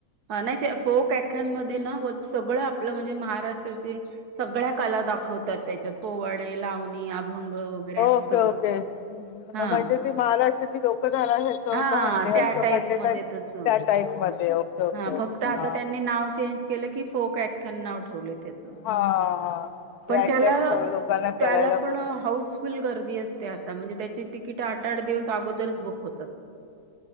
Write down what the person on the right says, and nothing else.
हा नाही ते फोक व्याख्यामध्ये ना व सगळं आपलं म्हणजे महाराष्ट्रा सगळ्या काल्पनि क दावतात त्याच्यात पोवाडे लावणी अ भंग वगैरे असं
सगळं
हा
हा
त्या
टाईप
मध्ये
तस
हा
फक्त आता
त्यांनी नाव चेंज केलं की फोक व्याख्यान नाव ठेवले त्याच
पण
त्याला
त्याला
पण
हाऊसफुल ग र्दी असते आता म्हणजे त्याची तिकिट आठ आठ दिवस अगोदरच बुक होतात